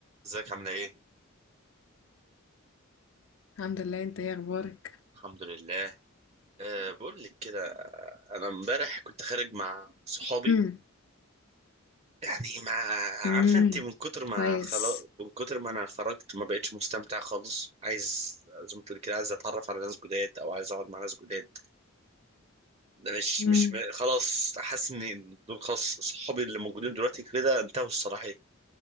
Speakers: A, on the right; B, on the left.
A: ازيك عاملة ايه؟
B: الحمد لله انت ايه اخبارك
A: الحمد لله أه بقول لك كده انا امبارح كنت خارج مع صحابي
B: امم
A: يعني ما
B: امم
A: عارفه انت من كتر ما
B: كويس
A: خلاص من كتر ما انا خرجت ما بقتش مستمتع خالص عايز زي ما تقول كده عايز اتعرف على ناس جداد او عايز اقعد مع ناس جداد مش
B: امم
A: مش م- خلاص حاسس ان دول خلاص صحابي اللي موجودين دلوقتي كده انتهوا الصلاحيه